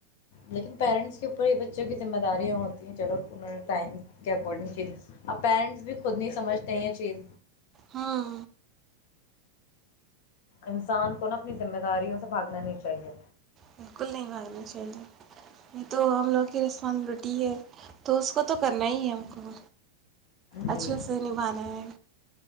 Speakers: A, on the left; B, on the right.
A: لیکن پیرنٹس کے اوپر یہ بچوں کی ذمہ داریاں ہوتی ہیں چلو انہوں ٹائم کے اکارڈنگ چز اب پیرنٹس بھی خود نہیں سمجھتے یہ چیز
B: ہاں
A: انسان کو نا اپنی ذمہ داریوں سے بھاگنا نہیں چاہیے
B: بالکل نہیں بانگنا چاہیے نہیں تو ہم لوک ر پ روٹی ہے تو اس کو تو کرنا ہی ہے ہم کو
A: جی
B: اچھے سے نبھانا ہے